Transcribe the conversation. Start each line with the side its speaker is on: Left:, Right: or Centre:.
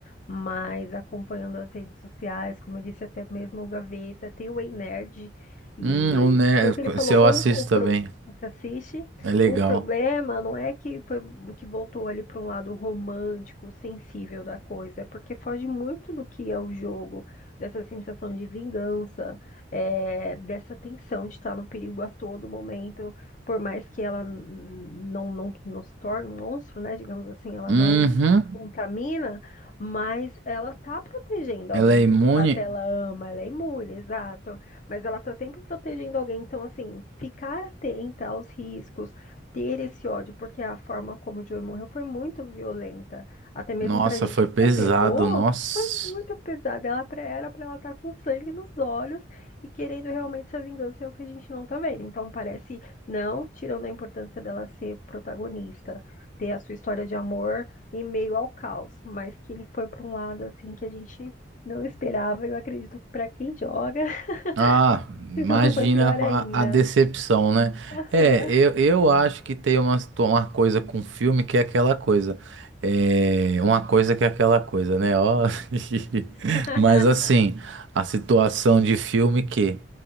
Left: mas acompanhando as redes sociais, como eu disse, até mesmo o Gaveta, tem o Ei Nerd, e
Right: Hum, o Ner-
Left: foi o que ele falou,
Right: se eu
Left: ou
Right: assisto
Left: o pro-
Right: também.
Left: você assiste,
Right: É legal.
Left: o problema não é que foi que voltou ali para um lado romântico, sensível da coisa, é porque foge muito do que é o jogo, dessa sensação de vingança é, dessa tensão de estar no perigo a todo momento, por mais que ela n- não, não, não se torne um monstro, né? Digamos assim, ela
Right: Uhum.
Left: não se contamina, mas ela tá protegendo
Right: Ela
Left: alguém
Right: é
Left: que
Right: imune?
Left: de fato ela ama, ela é imune, exato. Mas ela tá sempre protegendo alguém, então assim, ficar atenta aos riscos. Ter esse ódio, porque a forma como o Joey morreu foi muito violenta. Até mesmo
Right: Nossa,
Left: pra gente
Right: foi
Left: que
Right: pesado,
Left: se apegou,
Right: nossa.
Left: foi muito pesado. Ela pra- era pra ela estar com sangue nos olhos e querendo realmente essa vingança é o que a gente não tá vendo. Então parece, não tirando a importância dela ser protagonista, ter a sua história de amor em meio ao caos, mas que ele foi pra um lado assim que a gente não esperava. Eu acredito que pra quem joga, <laughs> a
Right: Ah, imagina
Left: sensação foi pior
Right: a,
Left: ainda.
Right: a decepção, né?
Left: Aham.
Right: É, eu, eu acho que tem uma, situa- uma coisa com filme que é aquela coisa. É, uma coisa que é aquela coisa, né? Ó, <laughs>
Left: <laughs>
Right: mas assim, a situação de filme que